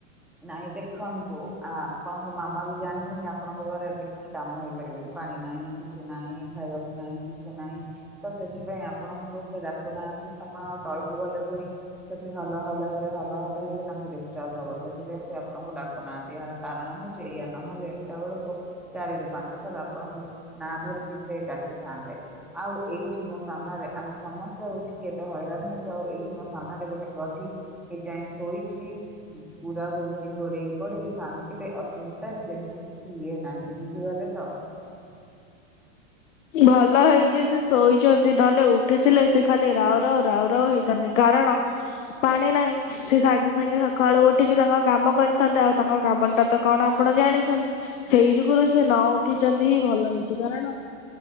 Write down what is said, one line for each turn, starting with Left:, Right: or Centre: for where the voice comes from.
Centre: ନାଇଁ ଦେଖନ୍ ତୁ ଆ ପଣଙ୍କ ମାମା ବି ଜାଣିଛନ୍ତି ଆପଣଙ୍କ ଦ୍ଵାରା ଏବେ କିଛି କାମ ହେଇପାରିବେନି ପାଣି ନାହିଁ କିଛି ନାହିଁ। ଇ ଖାଇବାକୁ ନାଇଁ କିଛି ନାଇଁ ତ ସେଥିପାଇଁ ଆପଣଙ୍କୁ ସେ ଡାକୁନାହାନ୍ତି ଆପଣ ତଳକୁ ଗ ଅଲେ ପୁଣି ସେଠି ହଲ ହଲ ହେବେ ହଲ ହଲ ହେଲେ ତାଙ୍କୁ ଡିଷ୍ଟର୍ବ ହବ ସେ ଥିପାଇ ସେ ଆପଣଙ୍କୁ ଡାକୁ ନାହାନ୍ତି ଏହାର କାରଣ ହଉଛି ଇୟ ନହେଲେ ଏତେ ବଳକୁ ଚାରି ରୁ ପାଞ୍ଚ ଥର ଆପ ଆଣଙ୍କୁ ନା ଧରିକି ସେ ଡାକିଥାନ୍ତେ ଆଉ ଏଇଠି ମୋ ସାମ୍ନାରେ ଆମେ ସମସ୍ତେ ଉଠି କେତେ ହଇରାଣ ହଉଛି ଆଉ ଏଇଠି ମୋ ସାମ୍ନାରେ ଗୋଟେ ଗଧି ଏ ଯାଏଁ ଶୋଇଛି। ପୁରା ହଉଛି ଘୋଡେଇ ପୋଡେଇ ଶାନ୍ତିରେ ଅଚିନ୍ତାରେ ଯେମିତି କିଛି ଇଏ ନାହିଁ ବୁଝିଗଲେ ତ? <inaudible>
Left: ଭଲ ହେଇଛି ସେ ଶୋଇଛନ୍ତି ନହେଲେ ଉଠିଥିଲେ ସେ ଖାଲି ରାଉ ରାଉ ରାଉ ରାଉ ହେଇଥାନ୍ତେ କା କାରଣ ପାଣି ନାହିଁ ସେ ସାଙ୍ଗେ ସାଙ୍ଗେ ସକାଳୁ ଉଠିକି ତାଙ୍କ କାମ କରିଥାନ୍ତେ ଆଉ ତାଙ୍କ କାମ ତାତ କଣ ଆପଣ ଜାଣିଛନ୍ତି ସେଇ ଯୁଗୁରୁ ସେ ନ ଉଠିଛନ୍ତି ହିଁ ଭଲ ହେଇଛି କାରଣ